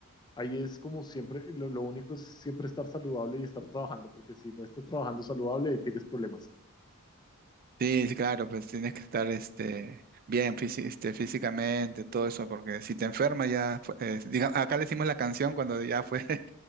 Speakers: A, on the left; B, on the right.
A: Ahí es como siempre, lo, lo único es siempre estar saludable y estar trabajando, porque si no estás trabajando saludable, ahí tienes problemas.
B: Sí, sí, claro, pues tienes que estar este, bien físi- este, físicamente, todo eso, porque si te enfermas ya, fue- eh, diga- acá le hicimos la canción cuando ya fue, <laughs>